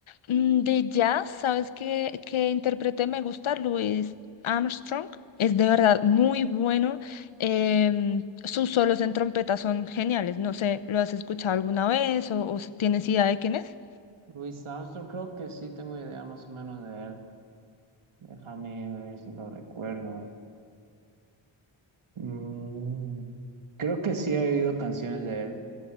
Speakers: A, on the left (about 80°); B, on the right (about 85°).
A: Mm, De jazz, ¿sabes qué, qué intérprete me gusta? Louis Armstrong. Es de verdad muy bueno. em, sus solos en trompeta son geniales. No sé, ¿lo has escuchado alguna vez o, o tienes idea de quién es?
B: Louis Armstrong, creo que sí tengo idea más o menos de él. Déjame ver si lo recuerdo. Mm, creo que sí he oído canciones de él,